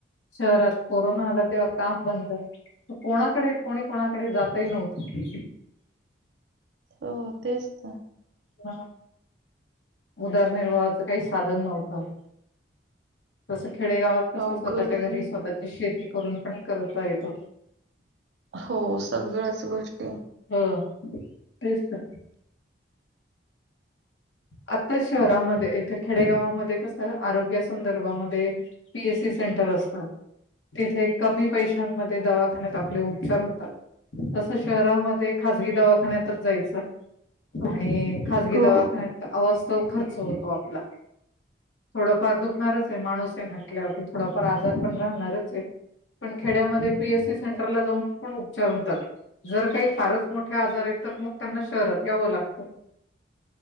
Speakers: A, on the left (about 80°); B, on the right (about 65°).
A: शहरात कोरोना आला तेव्हा काम बंद कोणाकडे कोणी कोणाकडे जातही नव्हते
B: हो तेच तर
A: ह उदारनिर्वाहाच काही साधन नव्हतं तस खेडेगावात कस
B: अवघड
A: स्वतःच्या
B: आहे.
A: घरी स्वतःची शेती करून पण करता येत हो
B: हो सगळ्याच गोष्टी
A: हं तेच तर. आता शहरामध्ये इथ खेडेगावामध्ये कस आरोग्या संदर्भामध्ये पीएससी सेंटर असत तिथे कमी पैशांमध्ये दवाखान्यात आपले उपचार होतात तस शहरामध्ये खाजगी दवाखान्यातच जायचं आणि खाजगी
B: हो,
A: दवाखान्यात अवास्तव खर्च होतो आपला थोडाफार दुखणारच आहे माणूस आहे म्हटल्यावरती थोडाफार आजार पण राहणारच आहे पण खेड्यामध्ये पीएससी सेंटरला जाऊन पण उपचार होतात जर काही फारच मोठे आजार आहेत तर मग त्यांना शहरात यावं लागतं